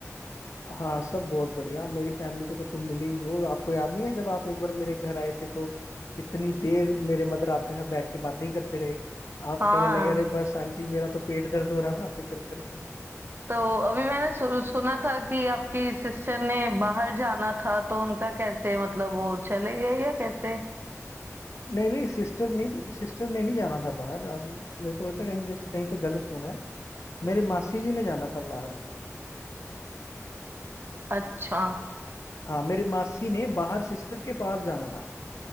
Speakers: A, on the left; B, on the right.
A: हाँ सब बहुत बढ़िया मेरी फैमिली को तो तुम मिले ही हो आपको याद नहीं है जब आप एक बार मेरे घर आए थे तो कितनी देर मेरे मदर आपके साथ बैठ के बातें ही करते रहे आप
B: हाँ
A: कहने लगे अरे बस आंटी मेरा तो पेट दर्द हो रहा है बातें कर करके
B: तो अभी मैंने सु, सुना था कि आपकी सिस्टर ने बाहर जाना था तो उनका कैसे मतलब वो चले गए या कैसे
A: नहीं नहीं सिस्टर ने सिस्टर ने नहीं जाना था बाहर अब मेरे को लगता है कहीं कहीं से गलत सुना है मेरे मासी जी ने जाना था बाहर
B: अच्छा
A: हाँ मेरे मासी ने बाहर सिस्टर के पास जाना था